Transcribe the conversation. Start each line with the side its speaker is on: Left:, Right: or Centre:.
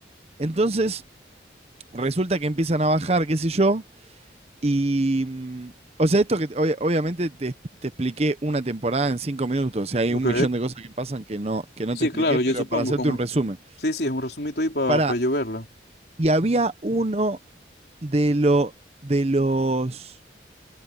Right: Entonces, resulta que empiezan a bajar, qué sé yo, Y, mm, o sea, esto que te- obvia- obviamente te, te expliqué una temporada en cinco minutos, o sea, hay
Left: Ok.
Right: un millón de cosas que pasan que no, que no
Left: Sí,
Right: te expliqué,
Left: claro,
Right: pero
Left: yo supongo
Right: para hacerte
Left: como...
Right: un resumen.
Left: Sí, sí, es un resumito ahí para
Right: Para,
Left: yo verla.
Right: y había uno de, lo, de los